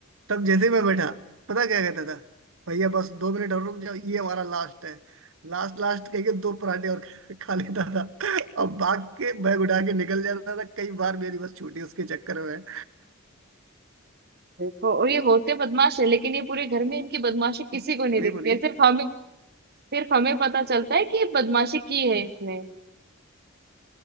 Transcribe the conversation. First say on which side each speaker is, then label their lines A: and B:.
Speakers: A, on the right (about 65°); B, on the right (about 50°).
A: तब जैसे ही मैं बैठा पता क्या कहता था भैया बस दो मिनट और रुक जाओ ये हमारा लास्ट है लास्ट लास्ट कह के दो पराठे और <laughs> खा लेता था अब भाग के बैग उठा के निकल जाता था कई बार मेरी बस छूटी उसके चक्कर में
B: देखो और ये होते बदमाश है लेकिन ये पूरे घर में इनकी बदमाशी किसी
A: बोलिए
B: को नहीं दिखती
A: बोलिए
B: है सिर्फ हमें सिर्फ हमें पता चलता है कि ये बदमाशी की है इसने